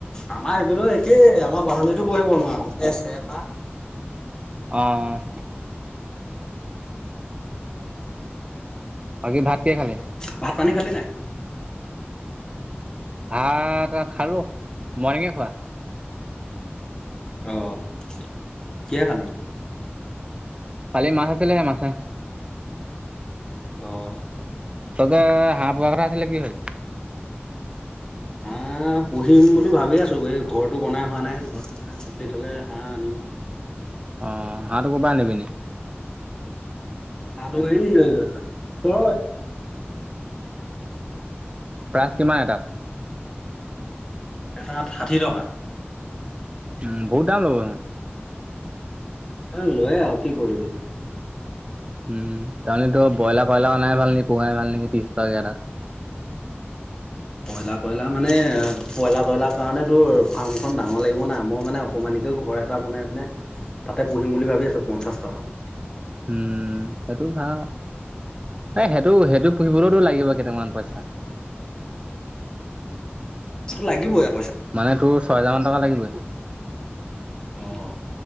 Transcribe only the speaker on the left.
আমাৰ সেইপিনেও একেই আমাৰ বাঁহনিত বহিব নোৱাৰো গোটেই চেৰপা।
ভাত পানী খালি নাই?
অ' কিহে খালি?
অ'।
হাঁহ পুহিম বুলি ভাবি আছোঁ এই ঘৰটো বনাই হোৱা নাই ঘৰটো বনাই কমপ্লিট হ'লে হাঁহ আনিম আৰু।
হাঁহটো এই <unintelligible>
এটাত ষাঠি টকা।
লৈয়ে আৰু কি কৰিবি।
ব্ৰইলাৰ কইলাৰ মানে ব্ৰইলাৰ কইলাৰ কাৰণ তোৰ ফাৰ্মখন ডাঙৰ লাগিব না মই মানে অকমানি <unintelligible> ঘৰ এটা বনাই পিনে তাতে পুহিম বুলি ভাবি আছোঁ পঞ্চাশটা মান।
<inaudible> লাগিবই আ
অ'